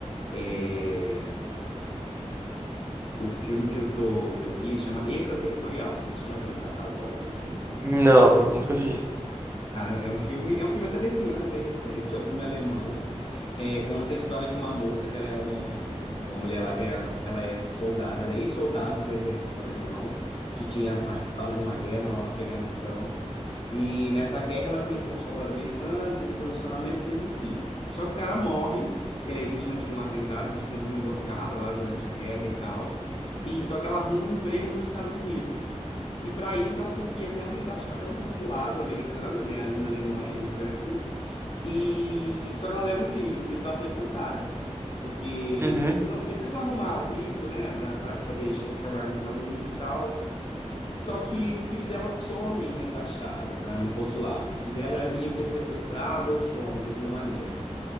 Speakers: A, on the left; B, on the right.
A: É, o filme que eu tô, que eu vi chama Extraterritorial. Não sei se você já viu no catálogo lá da Netflix.
B: Não, nunca vi.
A: Cara, é um filme, é um filme até desse ano, é bem recente, é um filme alemão. É, conta a história de uma moça que ela é um, uma mulher lá que é, ela é soldada, ela é ex-soldada do exército alemão, que tinha participado de uma guerra lá no Afeganistão. E nessa guerra ela conheceu um soldado americano, teve um relacionamento e teve um filho. Só que o cara morre, ele é vítima de um atentado, vítima de uma emboscada lá durante a guerra e tal. E só que ela arruma um emprego nos Estados Unidos. E para isso ela tem que ir até uma embaixa, até um consulado americano, né, ali na Alemanha, ali em Frankfurt, e só que ela leva o filho, o filho que ela teve com o cara, porque
B: Uhum.
A: eles precisam, eles precisam arrumar o visto, né, para poder che- trabalhar nos Estados Unidos e tal. Só que o filho dela some na embaixada, na- no consulado. O filho dela é meio que é sequestrado ou some de alguma maneira.